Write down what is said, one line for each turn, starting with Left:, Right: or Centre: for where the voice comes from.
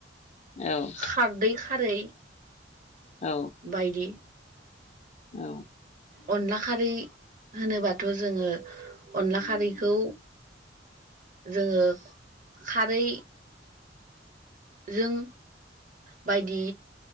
Left: औ
Right: खारदै खारै
Left: औ
Right: बायदि
Left: औ
Right: अनला खारै होनोबाथ' जोङो अनला खारैखौ
Left: <inaudible>
Right: जोङो खारै जों बायदि